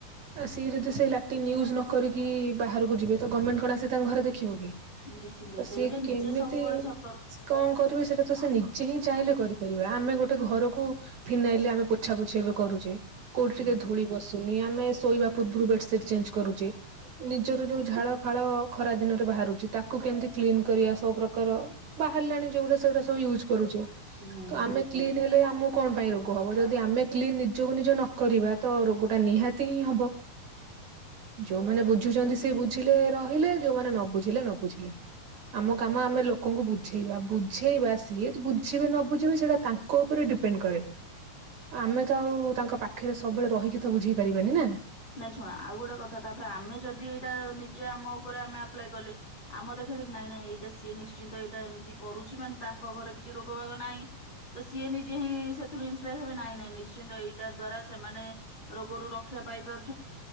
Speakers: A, on the right; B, on the left.
A: ଆସି ଯଦି ସେଇ ଲାଟି୍ନ୍ ୟୁଜ୍ ନ କରିକି ବାହାରକୁ ଯିବେ ତ ଗଭର୍ଣ୍ଣମେଣ୍ଟ କଣ ଆସି ତାଙ୍କ ଘରେ ଦେଖିବ କି?
B: ନିଶ୍ଚିନ୍ତ
A: ତ ସିଏ
B: ସେଇଟା
A: କେମିତି
B: ନିଜେ ସବୁବେଳେ ସତର୍କ
A: କଣ କରିବେ ସେଇଟା ତ ସେ ନିଜେ ହିଁ। ଚାହିଁଲେ କରିପାରିବା ଆମେ ଗୋଟେ ଘରକୁ ଫିନାଇଲେ ଆମେ ପୋଛାପୋଛି ଏବେ କରୁଛେ। କୋଉଠି
B: ହୁଁ
A: ଟିକେ ଧୂଳି ବସୁନି ଆମେ ଶୋଇବା ପୂର୍ବରୁ ବେଡସିଟ ଚେଞ୍ଜ କରୁଚେ। ନିଜର ଯୋଉ ଝାଳ ଫାଳ ଖରା ଦିନରେ ବାହାରୁଛି ତାକୁ କେମତି କ୍ଲିନ କରିବା ସବୁ ପ୍ରକାର। ବାହାରିଲାଣି ଯୋଉଗୁଡା ୟୁଜ କରୁଛେ
B: ହୁଁ
A: ତ ଆମେ କ୍ଲିନ ହେଲେ ଆମ କଣ ପାଇଁ ରୋଗ ହବ ଯଦି ଆମେ କ୍ଲିନ ନିଜକୁ ନିଜ ନକରିବା ତ ରୋଗ ଟା ନିହାତି ହିଁ ହବ। ଯୋଉମାନେ ବୁଝୁଛନ୍ତି ସେ ବୁଝିଲେ। ରହିଲେ ଯୋଉମାନେ ନ ବୁଝିଲେ ନ ବୁଝିଲେ। ଆମ କାମ ଆମେ ଲୋକଙ୍କୁ ବୁଝେଇବା ବୁଝେଇବା ସିଏ ବୁଝିବେ ନ ବୁଝିବେ ସେଇଟା ତାଙ୍କ ଉପରେ ଡ଼ି ଡିପେଣ୍ଟ୍ କରେ ଆମେ ତ ଆଉ ତାଙ୍କ ପାଖରେ ସବୁବେଳେ ରହିକି ତ ବୁଝେଇ ପାରିବାନି ନା।
B: ନାଇଁ ଶୁଣ ଆଉ ଗୋଟେ କଥା ତାପରେ ଆମେ ଯଦି ଏଇଟା ନିଜେ ଆମ ଉପରେ ଆମେ ଆପ୍ଲାଏ କଲେ ଆମ ଦେଖ ଦେଖା ଦେଖି ନାଇଁ ନାଇଁ ଏଇଟା ସିଏ ନିଶ୍ଚିନ୍ତ ଏଇଟା ଏମିତି କରୁଛି ମାନେ ତାଙ୍କ ଘରେ କିଛି ରୋଗ ବାଗ ନାହିଁ। ତ ସିଏ ନିଜେ ହିଁ ସେଥିରୁ ଇନସପାର ହେବେ ନାଇଁ ନାଇଁ ନିଶ୍ଚିନ୍ତ ଏଇଟା ଦ୍ଵାରା ସେମାନେ ରୋଗ ରୁ ରକ୍ଷା ପାଇପାରୁ